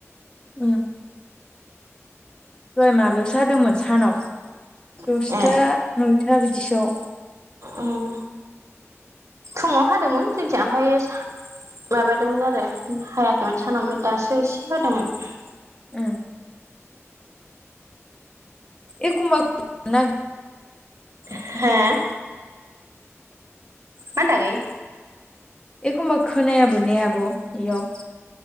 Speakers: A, on the left (about 20°); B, on the right (about 80°).
A: उम दहाय माबायावसो हादोंमोन सानाव दसथा
B: ए
A: नयथा बिदिसोआव
B: उम फुंङाव हादोंमोन जोंथिं ओमफ्राय माबादोंमोन आरो हायाखैमोन सानाव ओमफ्राय दासो एसे हादोंमोन।
A: ओ एखमबा <inaudible>
B: हा? मा होन्दों आगै?
A: एखमबा खोनायाबो ने आब' इयाव